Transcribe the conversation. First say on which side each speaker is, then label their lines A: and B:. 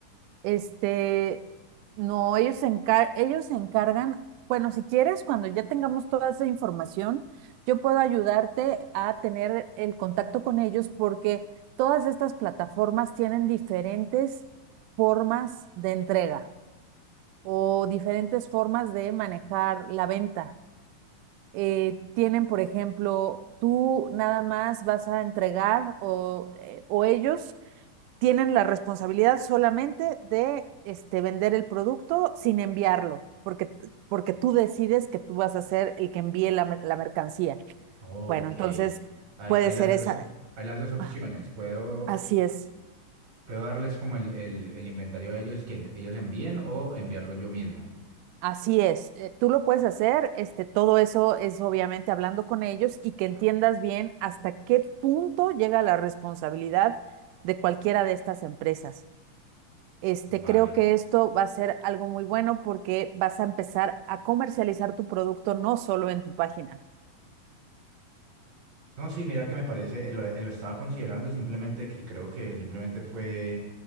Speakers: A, on the right (about 85°); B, on the right (about 60°).
A: Este, no, ellos se encar- ellos se encargan, bueno, si quieres, cuando ya tengamos toda esa información, yo puedo ayudarte a tener el contacto con ellos porque todas estas plataformas tienen diferentes formas de entrega o diferentes formas de manejar la venta. Eh, tienen, por ejemplo, tú nada más vas a entregar o, eh, o ellos tienen la responsabilidad solamente de este, vender el producto sin enviarlo, porque, porque tú decides que tú vas a ser el que envíe la, la mercancía.
B: Oh,
A: Bueno,
B: ok.
A: entonces
B: Hay,
A: puede
B: hay
A: ser
B: las
A: esa.
B: dos, hay las dos opciones.
A: Ah,
B: Puedo,
A: así es,
B: puedo darles como el, el, el inventario a ellos que en- ellos envíen o enviarlo yo mismo.
A: así es. Eh, tú lo puedes hacer, este, todo eso es obviamente hablando con ellos y que entiendas bien hasta qué punto llega la responsabilidad de cualquiera de estas empresas. Este,
B: Vale.
A: creo que esto va a ser algo muy bueno porque vas a empezar a comercializar tu producto no solo en tu página.
B: No, sí, mira que me parece, eh, lo, eh, lo estaba considerando, simplemente que creo que simplemente fue